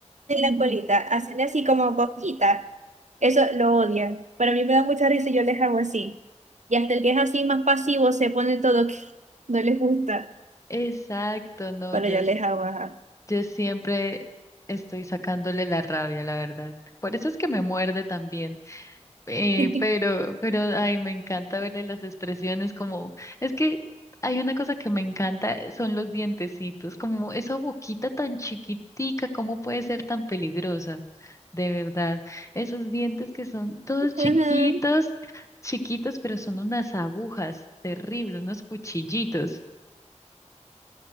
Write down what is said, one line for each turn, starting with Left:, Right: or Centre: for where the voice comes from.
Right: y la colita, hacerle así como cosquita, eso lo odian, pero a mí me da mucha risa y yo les hago así. Y hasta el que es así más pasivo se pone todo que <laughs> no les gusta,
Left: exacto, no,
Right: pero
Left: yo
Right: yo les hago ajá.
Left: Yo siempre estoy sacándole la rabia, la verdad. Por eso es que me muerde también. Eh,
Right: <laughs>
Left: pero, pero, ay, me encanta verle las expresiones como, es que hay una cosa que me encanta, eh, son los dientecitos, como esa boquita tan chiquitica, ¿cómo puede ser tan peligrosa? De verdad, esos dientes que son todos chiquitos,
Right: Ajá,
Left: chiquitos, pero son unas agujas terribles, unos cuchillitos.